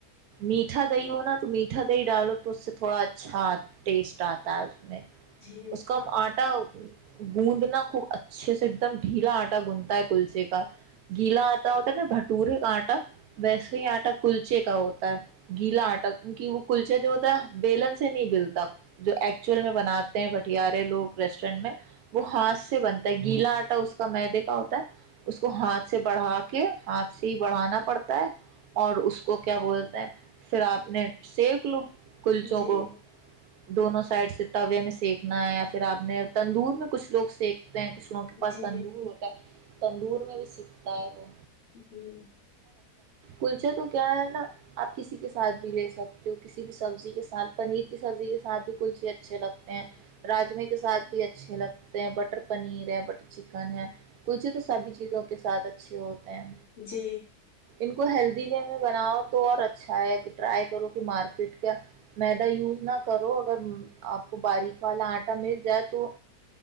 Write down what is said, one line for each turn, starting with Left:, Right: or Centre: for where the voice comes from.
Right: میٹھا دہی ہو نا تو میٹھا دہی ڈالو تو اس سے تھوڑا اچھا ٹیسٹ آتا ہے
Left: جی
Right: اس کو ہم آٹ ا گوندنا خوب اچھے سے ایک دم ڈھیلا آٹا گوندھتا ہے کل سےے کا
Left: جی
Right: گیلا
Left: جی
Right: آتا ہوتا ن ب ٹور آٹا ویسے ہی آٹا کلچے کا ہو ہوتا ہے گیلا آٹا کیونکہ وہ کلچے جو ہوتا ہے بیلن سے نہیں بلتا جو ایکچوئل میں بناات بٹارے لوگ ریسٹورینٹ میں وہ ہاتھ سے بنتا ہے گیلا آٹا اس کا مدے کا ہوتا ہے اس کو ہاتھ سے بڑھا کے ہاتھ سے ہی بڑھانا پڑتا ہے اور اس کو کیا بولتا ہے پھر آپ نے سک لو کلچوں
Left: جی جی جی
Right: کو دونوں سائڈ سے تو ابھی ہمیں سیکھنا ہے پھر اپ نے تندور میں کچھ لوگ سیک میں کچھ لوگوں کے پاس تھا
Left: جی
Right: نور ہوتا ہے تندور میں بھی سکتا ہے وہ
Left: جی
Right: گلچا تو کیا ہے نا اپ کسی کے ساتھ بھی لے سکتے ہو کسی بھی سبزی کے ساتھ پنیر کی سبزی کے ساتھ بھی کوئی سے اچھے لگتے ہیں راجمی کے ساتھ بھی اچھے لگتے ہیں بٹر پنیر ہے بٹر چکن ہے مجھے تو سبھی چیزوں کے ساتھ اچ اچھے ہوتے ہیں
Left: جی
Right: ان کو ہیلدی وے میں بناؤ تو اور اچھا ہے ٹرائی کرو کہ مارکیٹ کا میدا یوز نہ اگر اپ کو باریک والا مل جائے تو